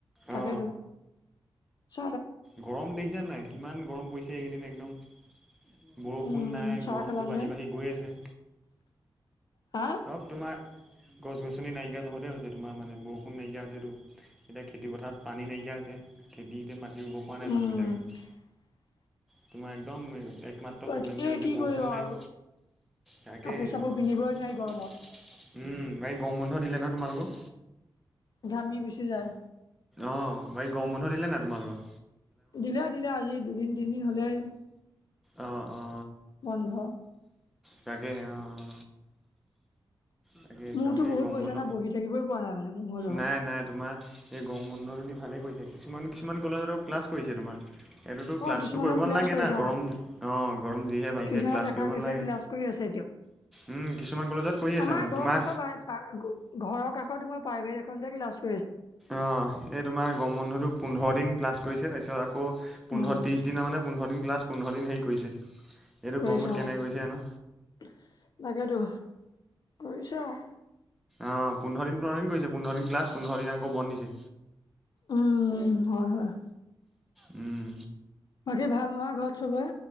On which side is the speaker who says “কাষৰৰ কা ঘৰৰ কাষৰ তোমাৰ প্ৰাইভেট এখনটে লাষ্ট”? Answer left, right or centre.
Left